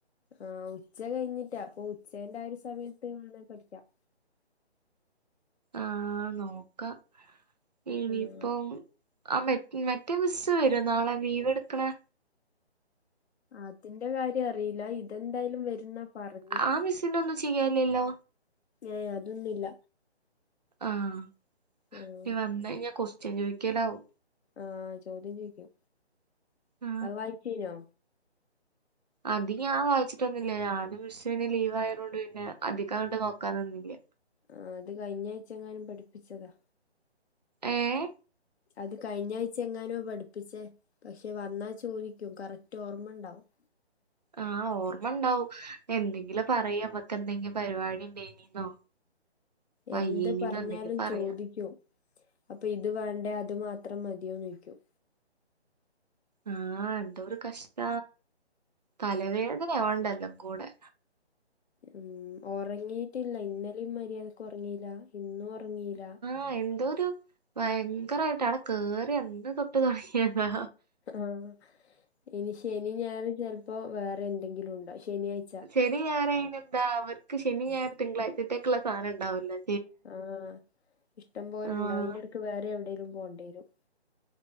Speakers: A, on the left; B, on the right.
A: ആഹ് ഉച്ച കഴിഞ്ഞിട്ടാ അപ്പൊ ഉച്ചേന്റെ ആഹ് ഒരു സമയത്ത് വേണേ പഠിക്കാം
B: ആഹ് നോക്കാം ഇനിയിപ്പം
A: ഉം
B: ആഹ് മെ മറ്റേ മിസ്സ് വരോ നാളെ ലീവെടുക്കണെ
A: അതിന്റെ കാര്യം അറിയില്ല ഇതെന്തായാലും വരുന്നാ പറഞ്ഞേ
B: ആഹ് മിസ്സിൻ്റെ ഒന്നും ചെയ്യാനില്ലല്ലോ
A: ഏയ് അതൊന്നുമില്ല
B: ആഹ്
A: ഉം
B: ഇനി വന്ന് കഴിഞ്ഞാ കൊസ്റ്റ്യൻ ചോയിക്കലാവും
A: ആഹ് ചോദ്യം ചോയിക്കും
B: ആ,
A: അത് വായിച്ച് കഴിഞ്ഞോ
B: അധികം ഞാൻ വായിച്ചിട്ടൊന്നുല്ല ഞാനും മിഷിരിയും പിന്നെ ലീവ് ആയതോണ്ട് പിന്നെ അധികങ്ങട്ട് നോക്കാൻ നിന്നില്ല
A: ആഹ് അത് കഴിഞ്ഞ ആഴ്ച എങ്ങാനും പഠിപ്പിച്ചതാ
B: ഏഹ്
A: അത് കഴിഞ്ഞ ആഴ്ച്ച എങ്ങാനോ പഠിപ്പിച്ചേ പക്ഷെ വന്നാ ചോദിക്കും കറക്റ്റ് ഓർമ്മണ്ടാവും
B: ആഹ് ഓർമ്മ ഉണ്ടാവും എന്തെങ്കിലും പറയമ്മക്ക് എന്തെങ്കിലും പരിപാടി ഉണ്ടേനീന്നോ വയ്യേനീന്നോ
A: എന്ത് പറഞ്ഞാലും
B: എന്തെങ്കിലും പറയാ
A: ചോദിക്കും അപ്പൊ ഇത് വേണ്ടേ അത് മാത്രം മതിയോന്ന് ചോയ്ക്കും
B: ആഹ് എന്തോരു കഷ്ട തലവേദന ആവ്ണ്ട് എല്ലാം കൂടെ
A: ഉം ഒറങ്ങീയിട്ടില്ല ഇന്നലിം മര്യാദക്ക് ഒറങ്ങിയില്ല ഇന്നും ഒറങ്ങിയില്ല
B: ആഹ് എന്തോ ഒരു ഭയങ്കരായിട്ട് അടെ കേറി അന്ന് തൊട്ട് തൊടങ്ങിയതാ
A: ആഹ് ഇനി ശനി ഞായറും ചെലപ്പോ വേറെ എന്തെങ്കിലും ഉണ്ടാവും ശനിയാഴ്
B: ശനിയും ഞായറും അയ്നെന്താ അവർക്ക് ശനി ഞായറും തിങ്കളാഴ്ച്ചത്തേക്കുള്ള സാധനം ഉണ്ടാവില്ലെ
A: ആഹ് ഇഷ്ടം പോലെ
B: ആഹ്
A: ഉണ്ടാവും അയ്ൻ്റ എടക്ക് വേറെ എവിടെങ്കിലും പോവണ്ടി വരും